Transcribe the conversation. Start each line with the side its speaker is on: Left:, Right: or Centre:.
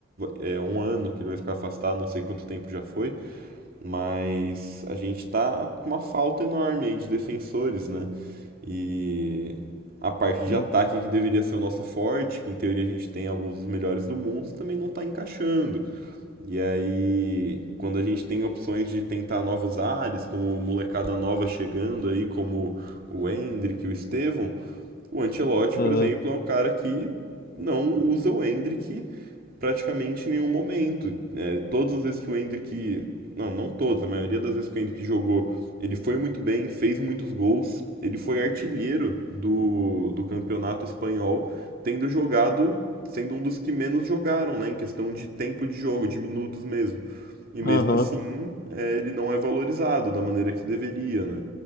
Right: é, um ano, que ele vai ficar afastado, não sei quanto tempo já foi. Mas a gente tá com uma falta enorme aí de defensores, né? E a parte de
Left: né?
Right: ataque que deveria ser o nosso forte, que em teoria a gente tem alguns dos melhores do mundo, também não tá encaixando. E aí, quando a gente tem opções de tentar novos ares, como molecada nova chegando aí, como o Endrick o Estevão, o Ancelotti,
Left: Aham,
Right: por exemplo, é o cara que não usa o Endrick praticamente em nenhum momento. É, todas as vezes que o Endrick Não, não todas, a maioria das vezes que o Endrick jogou, ele foi muito bem, fez muitos gols. Ele foi artilheiro do, do campeonato espanhol, tendo jogado, sendo um dos que menos jogaram, né? Em questão de tempo de jogo, de minutos mesmo. E mesmo
Left: aham.
Right: assim, é, ele não é valorizado da maneira que deveria, né?